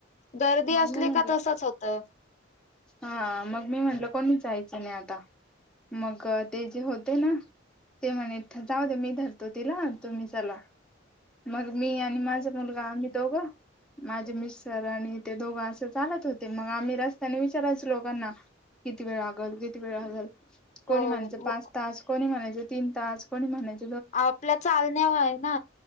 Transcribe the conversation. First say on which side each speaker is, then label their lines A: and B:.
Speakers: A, on the left (about 35°); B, in the centre.
A: गर्दी
B: मग
A: असली
B: मी म्हणलं
A: का तसच होतं.
B: हा मग मी म्हटलं कोणी जायच नाही आता. मग ते जे होते ना. ते म्हणे जाऊ दे मी धरतो तिला तुम्ही चला. मग मी आणि माझा मुलगा आम्ही दोघं. माझे मिस्टर आणि ते दोघं असं चालत होते, मग आम्ही रस्त त्यांनी विचारायचं लोकांना किती वेळ लागल किती वेळ लागल. कोणी
A: हो
B: म्हणाचं पाच तास कोणी म्हणायच तीन तास कोणी म्हणायच?
A: आपल्या चालण्यावर आहे, ना